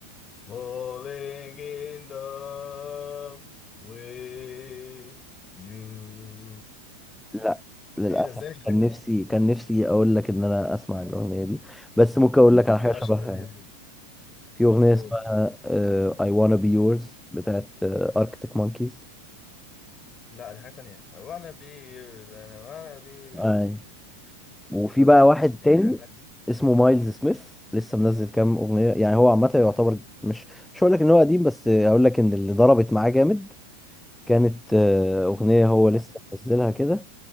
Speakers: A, on the left; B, in the centre.
A: falling in love with you
B: لا للأسف
A: ايه ده ازاي مش عارفها
B: كان نفسي كان نفسي أقول لك إن أنا أسمع الأغنية دي بس ممكن
A: دي
B: أقول لك على
A: دي
B: حاجة شبهها
A: اشهر اغنية
B: يعني.
A: دي
B: في أغنية
A: قول
B: اسمها آه، I Wanna Be Yours بتاعت آه، Arctic Monkeys
A: لا دي حاجة تانية وانا بي انا وانا بي
B: أي وفي بقى واحد
A: ماشي دي
B: تاني
A: حاجة تانية
B: اسمه مايلز سميث لسه منزل كام أغنية يعني هو عامة يعتبر مش مش هقول لك إن هو قديم بس هقول لك إن اللي ضربت معاه جامد كانت آه، أغنية هو لسه منزلها كده